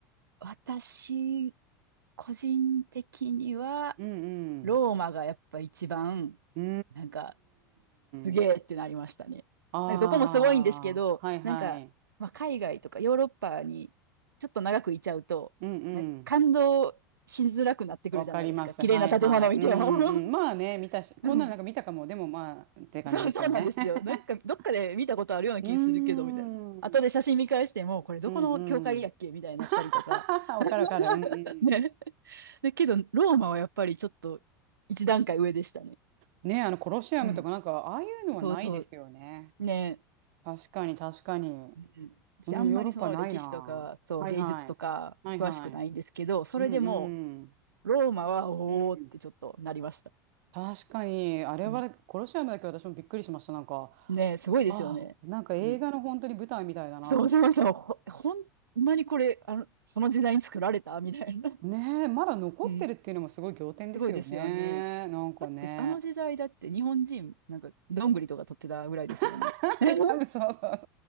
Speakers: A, on the right; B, on the right.
A: 私、個人的には、
B: うんうん。
A: ローマがやっぱ一番、
B: うー
A: なんか、すげえってなりましたね。
B: ん。ああ、
A: なんかどこもすごいんですけど、
B: はいはい。
A: なんか、まあ、海外とかヨーロッパにちょっと長くいちゃうと、
B: うんうん。
A: なんか感動しづらくなってくるじゃないですか。
B: わかります。
A: 綺麗な建物見ても。
B: はいはい。うんうん。
A: <laughs>
B: まあね、見たし、こんなのなんか見たかも。
A: うん。
B: でもまあ、って感じですよね。
A: そう、そうなんですよ。
B: <laughs>
A: なんか、どっかで見たことあるような気するけど、
B: うーん。
A: みたいな。
B: う
A: 後で写真見返しても、これどこの教会やっけみたいになったりとか。
B: んうん。<laughs> わかるわかる。
A: <laughs>
B: うんうん。
A: ね。だけど、ローマはやっぱりちょっと一段階上でしたね。
B: ね、あの、コロシアムとかなんか、
A: うん。
B: ああいうのはないですよね。
A: そうそう。ね。
B: 確かに、確かに。
A: うん、私あんまりその歴史とか、
B: うん、ヨーロッパないな。
A: そう、
B: はいはい。
A: 芸術とか詳しくないんですけど、
B: はいはい。
A: それでも
B: うんうん。
A: ローマはおおってちょっとなりました。
B: うん確かに、あれは、
A: うん、
B: コロシアムだけ私もびっくりしました。なんか、
A: ねえ、すごいですよね。
B: ああ、なんか映画の本当に舞台みたいだなと思って。
A: うん、そうそうそう、ほ、ほんまにこれ、あの、その時代に作られたみたいな。<laughs>
B: ねえ、まだ残ってるっていうのもすごい仰天ですよね。
A: うん、すごいですよね。
B: なんかね。
A: だって、あの時代だって日本人、なんか、どんぐりとか取ってたぐらいですよね。
B: <laughs>
A: <laughs> ねえ
B: 多分そうそうそう。